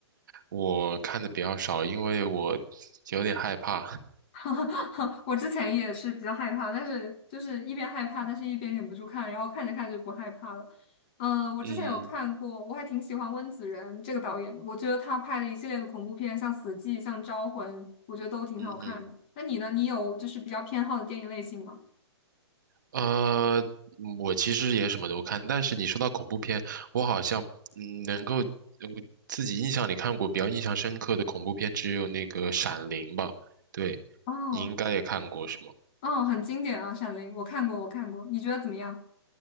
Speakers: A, on the right (about 45°); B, on the left (about 20°).
A: 我看的比较少，因为我有点害怕。<laughs>
B: <laughs> 我之前也是比较害怕，但是就是一边害怕，但是一边忍不住看，然后看着看着就不害怕了。嗯，我之前有看过，
A: 嗯
B: 我还挺喜欢温子仁这个导演的，我觉得他拍的一系列的恐怖片，像《死寂》、像《招魂》，我觉得都挺好看的。
A: 嗯哼，
B: 那你呢？你有就是比较偏好的电影类型吗？
A: 呃，我其实也什么都看，但是你说到恐怖片，我好像嗯能够嗯自己印象里看过比较印象深刻的恐怖片只有那个《闪灵》吧？对，
B: 哦，
A: 你应该也看过是吗？
B: 哦，很经典啊，《闪灵》，我看过，我看过，你觉得怎么样？